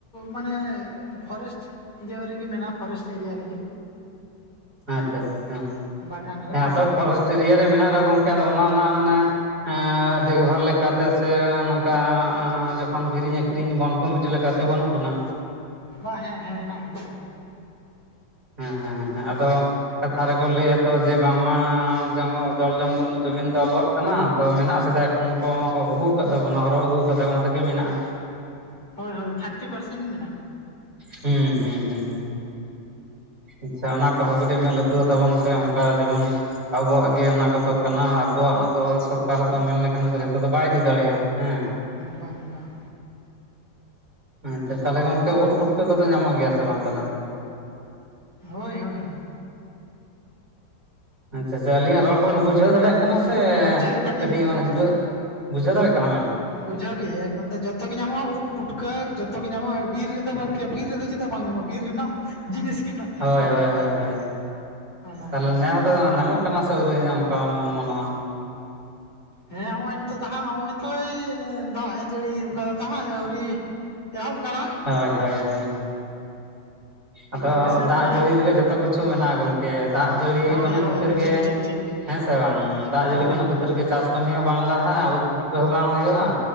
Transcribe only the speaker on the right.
ᱟᱪᱪᱷᱟ ᱟᱪᱪᱷᱟ᱾
ᱦᱮᱸ ᱟᱫᱚ ᱯᱷᱚᱨᱮᱥᱴ
ᱮᱨᱤᱭᱟ ᱢᱮᱱᱟᱜ ᱨᱮᱦᱚ ᱜᱚᱢᱠᱮ ᱟᱫᱚ ᱚᱱᱟ ᱨᱮᱱᱟᱜ ᱢᱟᱱᱮ ᱫᱮᱠᱷᱵᱷᱟᱞ ᱞᱮᱠᱟᱛᱮ ᱥᱮ ᱱᱚᱝᱠᱟ ᱡᱚᱠᱷᱚᱱ ᱠᱤᱨᱤᱧ ᱟᱹᱠᱷᱨᱤᱧ ᱵᱚᱱ ᱠᱚᱢᱤᱴᱤ ᱞᱮᱠᱟᱛᱮ ᱵᱟᱹᱱᱩᱜ ᱵᱚᱱᱟ
ᱦᱮᱸ ᱦᱮᱸ ᱦᱮᱸ ᱟᱫᱚ ᱠᱟᱛᱷᱟ ᱨᱮᱠᱚ ᱞᱟᱹᱭᱟᱛᱚ ᱡᱮ ᱵᱟᱝᱢᱟ ᱡᱚᱞ ᱡᱚᱝᱜᱚᱞ ᱡᱩᱢᱤᱱ ᱫᱚ ᱟᱵᱚᱣᱟᱜ ᱠᱟᱱᱟ ᱛᱚ ᱢᱮᱱᱟᱜᱼᱟ ᱥᱮᱫᱟᱭ ᱚᱱᱠᱚ ᱟᱹᱜᱩ ᱟᱠᱟᱫ ᱛᱟᱵᱚᱱᱟ ᱦᱚᱨᱚᱜ ᱟᱹᱜᱩ ᱟᱠᱟᱫᱟ ᱚᱱᱟ ᱛᱮᱜᱮ ᱢᱮᱱᱟᱜᱼᱟ᱾
ᱦᱩᱸ ᱦᱩᱸ ᱦᱩᱸ ᱦᱩᱸ ᱟᱪᱪᱷᱟ ᱚᱱᱟ ᱠᱚᱦᱚᱸ ᱠᱟᱹᱴᱤᱡ ᱢᱮᱸᱫ ᱞᱩᱛᱩᱨᱚᱜ ᱛᱟᱵᱚᱱ ᱯᱮ ᱚᱱᱠᱟ ᱡᱮᱢᱚᱱᱼᱼ ᱟᱵᱚᱣᱟᱜ ᱜᱮ ᱚᱱᱟ ᱠᱚᱫᱚ ᱠᱟᱱᱟ ᱟᱵᱚᱣᱟᱜ ᱜᱚ ᱥᱚᱨᱠᱟᱨ ᱫᱚ ᱢᱮᱱ ᱞᱮᱠᱷᱟᱱ ᱡᱚᱛᱚ ᱫᱚ ᱵᱟᱭ ᱤᱫᱤ ᱫᱟᱲᱮᱭᱟᱜ-ᱟ ᱦᱮᱸ᱾
ᱟᱪᱪᱷᱟ ᱛᱟᱦᱚᱞᱮ ᱜᱚᱝᱠᱮ ᱩᱫ ᱯᱩᱴᱠᱟᱹ ᱠᱚᱫᱚ ᱧᱟᱢᱚᱜ ᱜᱮᱭᱟ ᱥᱮ ᱵᱟᱝ ᱛᱟᱦᱚᱞᱮ
ᱟᱪᱪᱷᱟ ᱟᱪᱷᱟ ᱟᱞᱤᱧ ᱨᱚᱲᱵᱮᱱ ᱵᱩᱷᱟᱹᱣ ᱫᱟᱲᱭᱟᱜ ᱢᱟᱥᱮ
ᱠᱟᱹᱴᱤᱡ ᱢᱟᱱᱮ ᱡᱩᱫᱟᱹ ᱵᱩᱡᱷᱟᱹᱣ ᱫᱟᱲᱮᱜ ᱠᱟᱱᱟ ᱵᱮᱱ?
ᱦᱳᱭ
ᱦᱳᱭ ᱦᱳᱭ ᱦᱳᱭ
ᱛᱟᱦᱚᱞᱮ ᱱᱮᱥ ᱫᱚ ᱧᱟᱢᱚᱜ ᱠᱟᱱᱟ ᱠᱟᱱᱟ ᱥᱮ ᱟᱹᱣᱨᱤ ᱚᱱᱠᱟᱢ ᱚᱢᱚᱱᱚᱜᱼᱟ
ᱦᱚᱭ
ᱦᱚᱭ ᱦᱚᱭ᱾ ᱟᱫᱚ
ᱫᱟᱜ ᱡᱟᱹᱲᱤ
ᱨᱮᱜᱮ ᱡᱚᱛᱚ ᱠᱤᱪᱷᱩ ᱢᱮᱱᱟᱜ-ᱟ ᱜᱚᱝᱠᱮ ᱫᱟᱜ ᱡᱟᱹᱲᱤ
ᱵᱟᱹᱱᱩᱜ
ᱠᱷᱟᱹᱛᱤᱨ
ᱜᱮᱼᱼ
ᱦᱮᱸ ᱥᱮ ᱵᱟᱝ ᱫᱟᱜ ᱡᱟᱹᱲᱤ
ᱵᱟᱹᱱᱩᱜ
ᱠᱷᱟᱹᱛᱤᱨ ᱜᱮ ᱪᱟᱥᱼᱼ ᱠᱟᱹᱢᱤ ᱦᱚᱸ ᱵᱟᱝ ᱞᱟᱦᱟᱜ-ᱟ ᱩᱫᱽ ᱯᱩᱴᱠᱟᱹ ᱦᱚᱸ ᱵᱟᱝ ᱦᱩᱭᱩᱜ-ᱟ